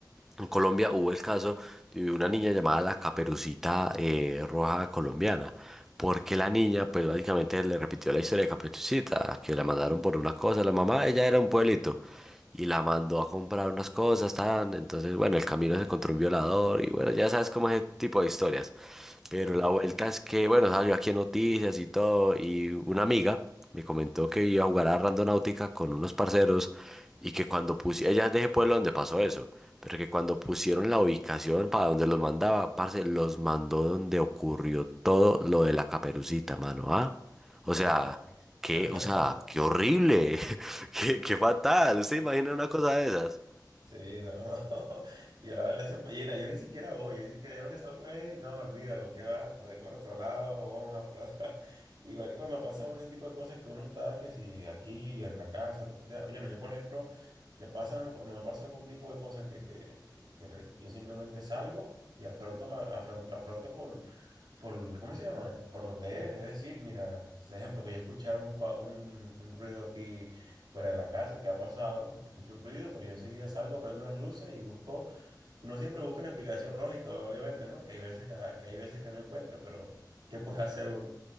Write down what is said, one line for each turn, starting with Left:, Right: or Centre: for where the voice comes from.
Centre: en Colombia hubo el caso de una niña llamada la Caperucita eh, Roja Colombiana. Porque la niña, pues básicamente le repitió la historia de Caperucita, que la mandaron por una cosa. La mamá, ella era un pueblito y la mandó a comprar unas cosas, tan. Entonces, bueno, el camino se encontró un violador y bueno, ya sabes cómo es ese tipo de historias. Pero
Right: Sí.
Centre: la vuelta es que, bueno, salió aquí en noticias y todo, y una amiga me comentó que iba a jugar a Randonáutica con unos parceros y que cuando pusieron, ella es de ese pueblo donde pasó eso, pero que cuando pusieron la ubicación para donde los mandaba, parce, los mandó donde ocurrió todo lo de la caperucita, mano, ¿ah?
Right: Da-
Centre: O sea, qué,
Right: <laughs>
Centre: o sea, qué horrible, <laughs> qué, qué fatal. ¿Usted imagina una cosa de esas?
Right: Sí, no, no. <laughs> Yo la verdad, esa pollina, yo ni siquiera voy, yo ni siquiera, yo lo que salgo es, no, olvídalo, que va, me voy por otro lado, vamos a por otro <laughs> Igual que cuando pasan ese tipo de cosas que uno está, que si aquí, en la casa, lo que sea. Oye, no, yo por ejemplo, me pasan, cuando me pasa algún tipo de cosas que, que, que- que re- yo simplemente salgo y afronto la, afron- la afronto, por, ¿cómo se llama? Por donde es. Es decir, mira, por ejemplo, que yo escuchara un, cua- un, un ruido aquí fuera de la casa, ¿qué ha pasado? Escucho un ruido, pero yo enseguida salgo, prendo las luces y busco, uno siempre busca la explicación lógica, obviamente, ¿no? Que hay veces que, que hay veces que no encuentra, pero ¿qué puede <laughs> hacer uno?